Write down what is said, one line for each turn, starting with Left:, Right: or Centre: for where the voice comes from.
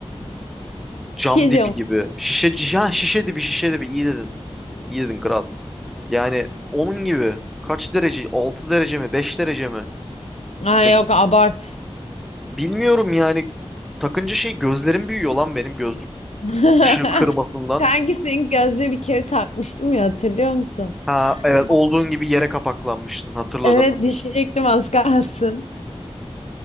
Centre: cam
Left: Bir şey
Centre: dibi
Left: diyorum.
Centre: gibi şişe ha, şişe dibi şişe dibi iyi dedin. İyi dedin kral. Yani onun gibi kaç derece? 6 derece mi? 5 derece mi?
Left: Ay
Centre: Ya
Left: yok abart.
Centre: Bilmiyorum yani. Takınca şey gözlerim büyüyor lan benim gözlük
Left: <laughs>
Centre: ışığı kırmasından.
Left: Kanki senin gözlüğü bir kere takmıştım ya hatırlıyor musun?
Centre: Ha evet
Left: Ya,
Centre: olduğun gibi yere kapaklanmıştın hatırladım.
Left: evet düşecektim az kalsın.